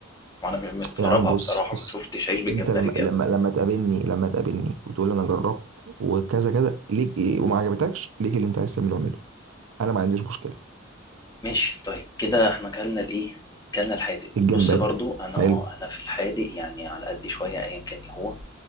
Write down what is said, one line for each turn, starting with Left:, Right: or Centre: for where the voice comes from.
Left: وانا مش مستغربها
Right: يا عم بص
Left: بصراحه
Right: بص
Left: ما شفتش عيش بالجمبري
Right: انت لما
Left: دي
Right: لما
Left: قبل.
Right: لما تقابلني لما تقابلني وتقول لي انا جربت وكذا كذا ليك ايه وما عجبتكش ليك اللي انت عايز تعمله اعمله انا ما عنديش مشكله
Left: ماشي طيب كده احنا كلنا الايه كلنا الحادق
Right: الجمبري
Left: بص برضو انا
Right: حلو
Left: اه انا في الحادق يعني على قد شويه ايا كان ايه هو